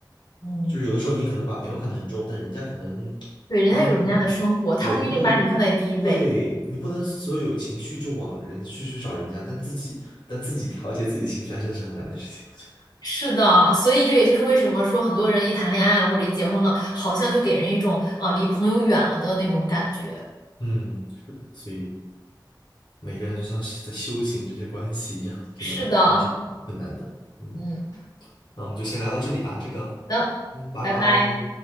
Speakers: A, on the left; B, on the left.
A: 嗯，
B: 就是有的时候你可能把朋友看得很重，但人家可能
A: 对，人家有人家的生活，
B: 不一定会把，
A: 他不一定把你放在第一位。
B: 对，人家有，对，你不能所有有情绪就往人去去找人家，但自己但自己调节自己的情绪还真的是很难的事情，我觉得。
A: 是的，所以这也就是为什么说很多人一谈恋爱了或者一结婚了，好像就给人一种呃离朋友远了的那种感觉。
B: 嗯，是的，所以每个人就像是在修行这些关系一样，真的还是挺困难的。
A: 是的，
B: 嗯，
A: 嗯，好
B: 那我们就先聊到这里吧，这个，
A: 的，
B: 嗯，拜拜。
A: 拜拜。